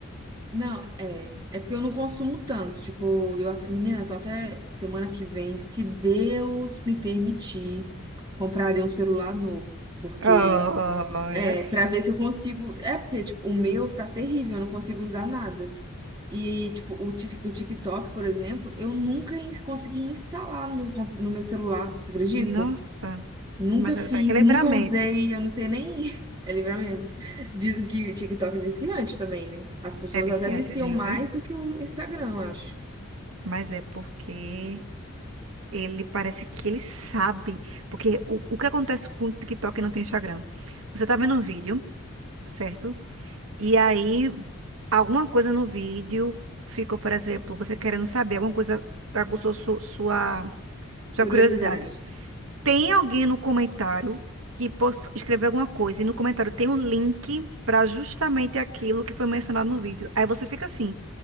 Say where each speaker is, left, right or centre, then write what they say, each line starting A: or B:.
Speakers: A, on the right; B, on the right.
A: Não, é. É porque eu não consumo tanto. Tipo, eu, at- menina, eu tô até semana que vem, se Deus me permitir, comprarei um celular novo. Porque,
B: Olha.
A: é, pra ver se eu consigo. É, porque, tipo, o meu tá terrível, eu não consigo usar nada. E, tipo, o, Tik- o TikTok, por exemplo, eu nunca ins- consegui instalar no meu, com- no meu celular, você acredita?
B: Nossa,
A: Nunca
B: mas
A: fiz,
B: é que Livramento
A: nunca usei, eu não sei nem. <laughs> É livramento. Dizem que TikTok é viciante também, né? As pessoas
B: é viciantezinho,
A: até viciam mais
B: viu?
A: do que o Instagram, eu acho.
B: Mas é porque ele parece que ele sabe. Porque o, o que acontece com o TikTok e não tem Instagram? Você tá vendo um vídeo, certo? E aí, alguma coisa no vídeo ficou, por exemplo, você querendo saber, alguma coisa aguçou su- sua, sua
A: Curiosidade.
B: curiosidade. Tem alguém no comentário que possa escrever alguma coisa e no comentário tem um link para justamente aquilo que foi mencionado no vídeo. Aí você fica assim,